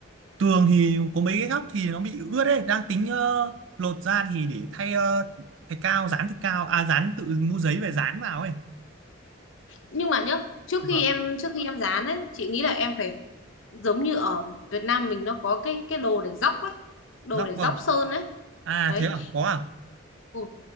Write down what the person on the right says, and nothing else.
tường thì có mấy cái góc thì nó bị ướt đấy đang tính ờ, lột ra thì để thay ờ, thay cao dán thạch cao à dán tự mua giấy về dán vào ấy
vâng
góc
vâng
à
thế à có à